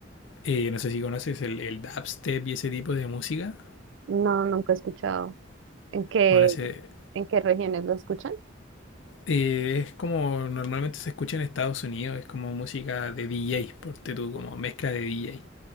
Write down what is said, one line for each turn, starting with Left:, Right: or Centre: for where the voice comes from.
Left: eh, no sé si conoces el, el dubstep y ese tipo de música.
Right: No, nunca he escuchado. ¿En qué,
Left: Bueno, ese,
Right: en qué regiones lo escuchan?
Left: eh, es como normalmente se escucha en Estados Unidos, es como música de DJ, por tú, como mezcla de DJ.